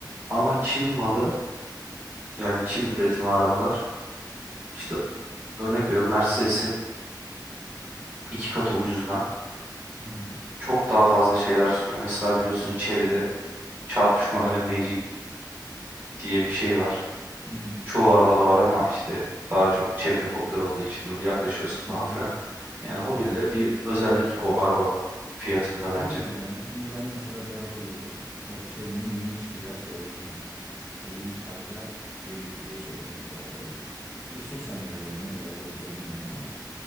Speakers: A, on the right; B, in the centre.
A: Ama Çin malı yani Çin üretimi arabalar işte örnek veriyorum Mercedes'in iki katı ucuzuna
B: Hı hı.
A: çok daha fazla şeyler sunuyor. Mesela biliyorsun Chery'de çarpışma önleyici diye bir şey var.
B: Hı hı.
A: Çoğu arabada var ama işte daha çok Chery'de popüler olduğu için böyle yaklaşıyorsun falan
B: Hı hı.
A: filan. Yani
B: Evet.
A: o bile bir özellik o araba fiyatında
B: Tabii
A: bence.
B: ki canım. Şimdi ben mesela bir araba gördüm. O Chery'nin yeni çıkacağı söyleniyor. E, yeni çıkartacağı Türkiye'ye getireceği söyleniyor bu arabayı. E, sosyal medyada gördüm. Ne kadar doğrudur bilmiyorum ama